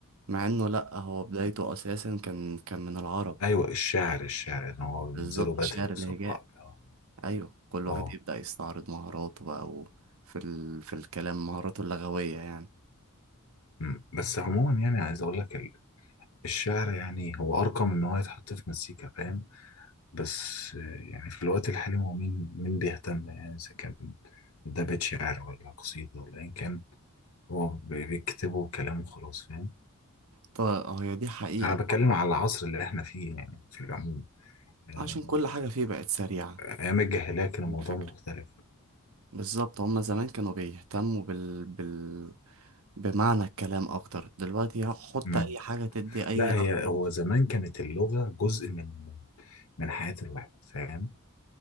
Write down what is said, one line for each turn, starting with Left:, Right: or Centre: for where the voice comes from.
Right: مع إنه لأ هو بدايته أساسا كان كان من العرب
Left: ايوه الشعر الشعر ان هو بينزلوا
Right: بالظبط
Left: باتل
Right: شعر الهجاء
Left: قصاد بعض اه
Right: أيوه كل
Left: اه
Right: واحد يبدأ يستعرض مهاراته بقى و... في ال... في الكلام مهاراته اللغوية يعني
Left: أمم. بس عموما يعني عايز اقول لك ال- الشعر يعني هو ارقم ان هو يتحط في مزيكا فاهم بس آه، يعني في الوقت الحالي هو مين مين بيهتم يعني اذا كان ده بيت شعر ولا قصيدة ولا ايا كان هو بي- بيكتبه كلام وخلاص فاهم
Right: طب هي دي حقيقة
Left: انا بتكلم
Right: طبعا
Left: على العصر اللي احنا فيه يعني في العموم آه،
Right: عشان كل حاجة فيه بقت سريعة
Left: ايام الجاهلية كان الموضوع
Right: دي الفكرة
Left: مختلف
Right: بالظبط هما زمان كانوا بيهتموا بال... بال... بمعنى الكلام اكتر دلوقتي حط
Left: أمم.
Right: اي حاجة تدي اي
Left: لا
Right: لحم
Left: هي هو زمان كانت اللغة جزء من من حياة الواحد فاهم